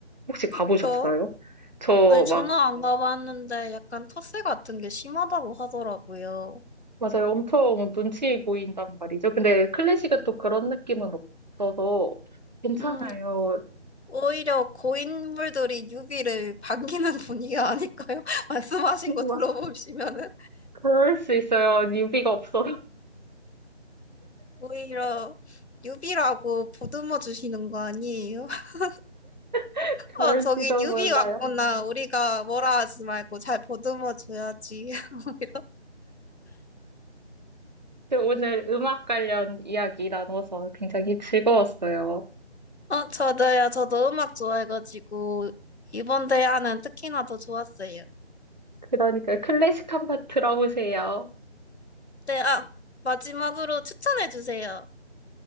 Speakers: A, on the right; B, on the left.
A: 혹시 가보셨어요?
B: 그쵸.
A: 저막
B: 아니, 저는 안 가봤는데 약간 텃세 같은 게 심하다고 하더라고요.
A: 맞아요. 엄청 눈치 보인단 말이죠. 근데 클래식은 또 그런 느낌은 없어서 괜찮아요.
B: 음, 오히려 고인물들이 유비를 반기는 분위기가 아닐까요? <laughs> 말씀하신 거 들어보시면은.
A: 막 그럴 수 있어요. 유비가 없어서
B: 오히려 유비라고 보듬어 주시는 거 아니에요? <laughs>
A: <laughs> 그럴지도
B: 어, 저기 유비
A: 몰라요.
B: 왔구나. 우리가 뭐라 하지 말고 잘 보듬어 줘야지. <laughs> 오히려.
A: 근데 오늘 음악 관련 이야기 나눠서 굉장히 즐거웠어요.
B: 어, 저도요. 저도 음악 좋아해가지고 이번 대화는 특히나 더 좋았어요.
A: 그러니까 클래식 한번 들어보세요.
B: 네, 아, 마지막으로 추천해 주세요.